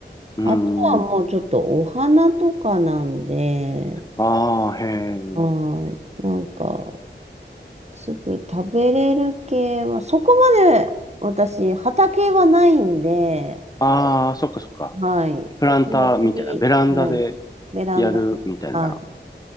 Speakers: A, on the left; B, on the right.
A: うん。
B: あとはもうちょっとお花とかなんで、
A: ああ、へえ。
B: はい。なんか、すぐ食べれる系は、そこまで私、畑はないんで、
A: ああ、そっかそっか。
B: はい。
A: プランターみたいな、
B: そんな手び、
A: ベランダで
B: はい。ベランダで、
A: やるみたいな
B: はい。